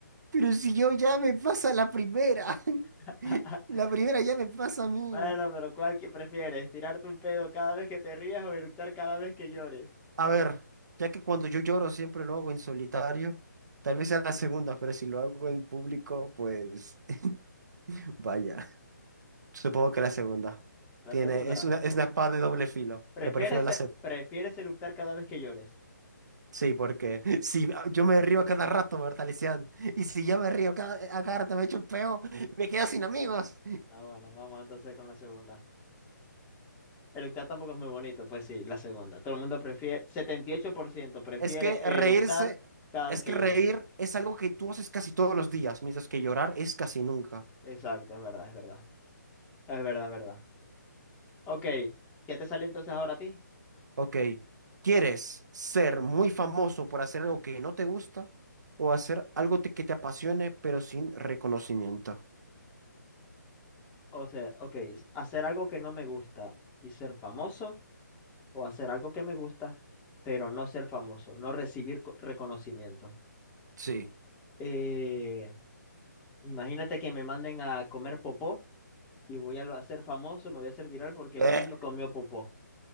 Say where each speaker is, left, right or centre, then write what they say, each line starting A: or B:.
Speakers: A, on the right (about 65°); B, on the left (about 15°).
A: Pero si yo ya me pasa la primera, <laughs>
B: <laughs>
A: la primera ya me pasa a mí.
B: Bueno, pero ¿cuál que prefieres? ¿Tirarte un pedo cada vez que te rías o eructar cada vez que llores?
A: A ver, ya que cuando yo lloro siempre lo hago en solitario, tal vez sea la segunda, pero si lo hago en público, pues <laughs> vaya, supongo que la segunda.
B: La
A: Tiene,
B: segunda.
A: es una, es una espada de doble filo,
B: ¿Prefieres,
A: pero prefiero la
B: e-
A: segunda.
B: prefieres eructar cada vez que llores?
A: Sí, porque <laughs> si ah, yo me río a cada rato, ¿verdad, Lisian? Y si yo me río cada, a cada rato me echo un peo, me quedo sin amigos.
B: Ah, bueno, vamos entonces con la segunda. Eructar tampoco es muy bonito, pues sí, la segunda. Todo el mundo prefiere, 78% prefiere
A: Es que reírse,
B: eructar cada
A: es
B: vez que
A: que
B: llores.
A: reír es algo que tú haces casi todos los días, mientras que llorar es casi nunca.
B: Exacto, es verdad, es verdad. Es verdad, es verdad. Ok, ¿qué te sale entonces ahora a ti?
A: Ok. ¿Quieres ser muy famoso por hacer algo que no te gusta o hacer algo te- que te apasione pero sin reconocimiento?
B: O sea, ok, hacer algo que no me gusta y ser famoso, o hacer algo que me gusta, pero no ser famoso, no recibir co- reconocimiento.
A: Sí.
B: Eh, imagínate que me manden a comer popó y voy a lo- a ser famoso, me voy a hacer viral porque
A: Eh,
B: un niño comió popó.